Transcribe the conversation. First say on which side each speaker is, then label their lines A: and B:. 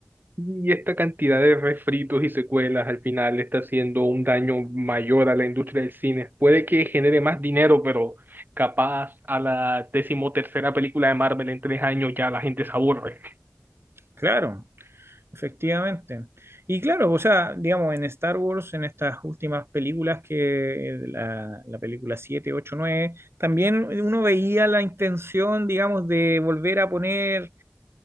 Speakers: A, on the right; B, on the right.
A: Y esta cantidad de refritos y secuelas al final está haciendo un daño mayor a la industria del cine. Puede que genere más dinero, pero capaz a la decimotercera película de Marvel en tres años ya la gente se aburre.
B: Claro. Efectivamente. Y claro, o sea, digamos, en Star Wars, en estas últimas películas, que eh, la, la película 7 8 9 también uno veía la intención, digamos, de volver a poner